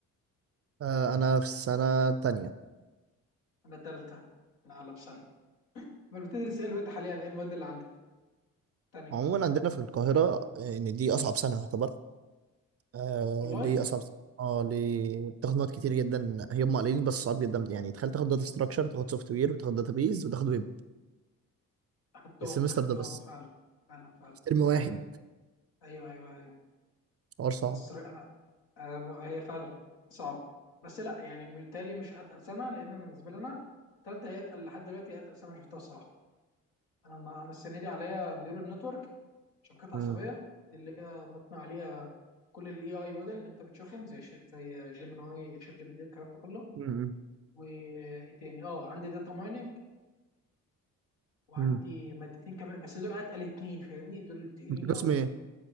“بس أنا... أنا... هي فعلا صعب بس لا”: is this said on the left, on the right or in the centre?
Left